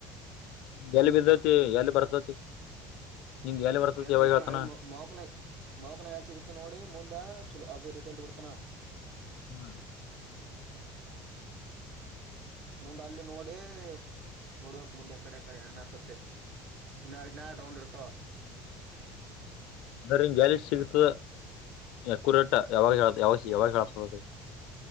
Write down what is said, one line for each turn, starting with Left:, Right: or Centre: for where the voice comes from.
Left: ಎಲ್ಲಿ ಬಿದ್ದತಿ ಎಲ್ಲಿ ಬರ್ತತಿ. ನಿಂಗ್ ಎಲ್ಲಿ
Right: ಸಿಗಲಿ
Left: ಯಾವಾಗ
Right: ಸಿಗತೇನಿ
Left: ಹೇಳ್ತಾನ
Right: ನಾಳಿಗ ಮಾಕ್ ಮೋಕ್ನ್ಯಗ ಮೋಕ್ನ್ಯಗ ಸಿಗತೇನಿ. ನೋಡಿ ಮುಂದ ಚಲೋ ಅದು ರಿಸಲ್ಟ್ ಬಿಡ್ತಾನ.
Left: ಹಾ.
Right: ಮುಂದ ಅಲ್ಲಿ ನೋಡಿ ನೋಡ್ಬೇಕ್ ಮುಂದೆ ಯಾಕಡೆ ಯಾಕಡೆ ಏನ ಆತತಿ. ಇನ್ಯಾಡ್ ಇನ್ನ ಎರಡ್ ರೌಂಡ್ ಇರ್ತವ.
Left: <inaudible> ಅಂದ್ರ ನಿಂಗ ಇಲ್ಲಿ ಸಿಗತದ ಯಕ್ಯುರೇಟ್ ಯಾವಾಗ ಹೇಳ ಯಾವ ಯಾವಾಗ ಹೇಳತದ ಅದು